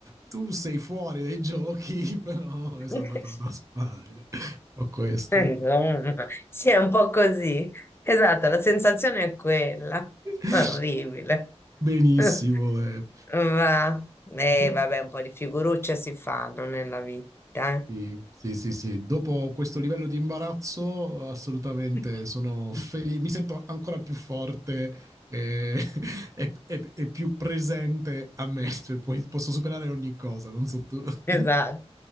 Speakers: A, on the right; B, on the left.
A: Tu sei fuori dai giochi, <laughs> però hai
B: <laughs>
A: salvato la tua squadra. diciamo. Ho questa.
B: Insomma, <laughs> sì, è un po' così. Esatto, la sensazione è quella.
A: <laughs>
B: Orribile.
A: Benissimo.
B: <laughs>
A: eh.
B: Va. Eh,
A: Boh,
B: vabbè, un po' di figurucce si fanno nella vita, eh.
A: Sì, sì, sì, sì. Dopo questo livello di imbarazzo, assolutamente
B: <laughs>
A: sono felice, mi sento ancora più forte e, <laughs> e- e- e più presente a me, cioè, poi posso superare ogni cosa, non so tu.
B: Esatto.
A: <laughs>